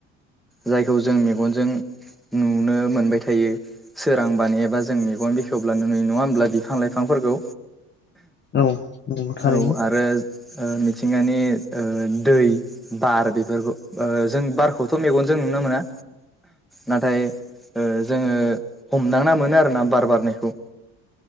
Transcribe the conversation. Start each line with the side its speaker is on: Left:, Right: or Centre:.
Centre: जायखौ जों मेगनजों नुनो मोनबाय थायो सोरांबानो एबा जों मेगन बेखेवब्लानो नुयो नङा होमब्ला बिफां लाइफां फोरखौ
Left: औ नंगौ थारैनो
Centre: औ आरो ओ मिथिंगानि ओ दै बार बेफोरखौ जों बारखौथ' मेगन जों नुनो मोना नाथाय ओ जोङो हमदांना मोनो आरोना बार बारनायखौ <inaudible>